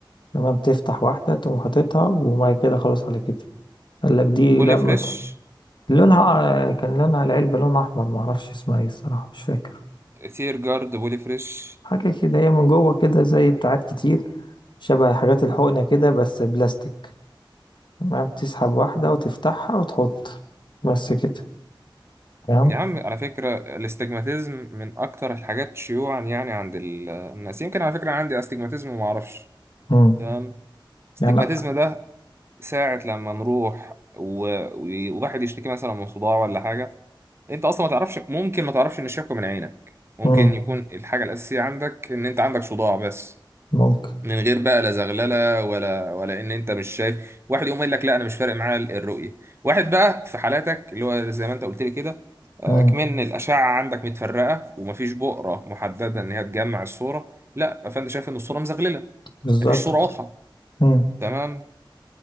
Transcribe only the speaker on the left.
تمام تفتح واحدة تقوم حاططها وما كده خلاص على كده قال لك دي
لمتها
لونها آه، كان لونها العلبة لون أحمر معرفش اسمها ايه الصراحة مش فاكر
حاجة كده هي من جوه كده زي بتاعات كتير شبه حاجات الحقنة كده بس بلاستيك تمام تسحب واحدة وتفتحها وتحط بس كده تمام
مم.
يعني
مم.
ممكن
مم.
بالظبط
مم.